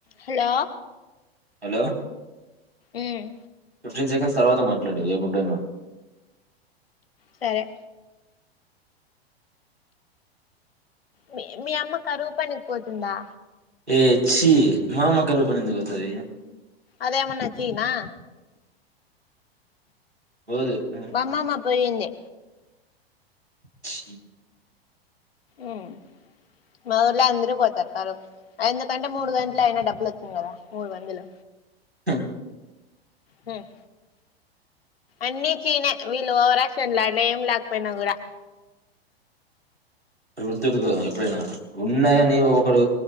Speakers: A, on the left; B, on the right.
A: Hello
B: hello
A: um
B: fifteen seconds తర్వాత మాట్లాడు ఎప్పుడైనా
A: సరే మీ మీ అమ్మ కరువు పనికి పోతుందా
B: ఏ చీ మా అమ్మ కరువు పనికి ఎందుకు పోతది
A: అదేమన్నా చీ నా
B: పోదు <unintelligible>
A: మా అమ్మమ్మ పోయింది
B: చీ
A: ఉమ్ మా ఊర్లో అందరూ పోతారు కరువుకి ఎందుకంటే మూడు గంటలు అయినా డబ్బులు వస్తుంది కదా మూడు వందలు
B: ఉమ్
A: హమ్ అన్ని చీనే వీళ్ళు ఓవర్ ఆక్షన్ లాట్ల ఏం లేకపోయినా కూడా
B: గుర్తుపెటుకో ఎప్పుడైనా ఉన్నాయని ఒకడు
A: ఉమ్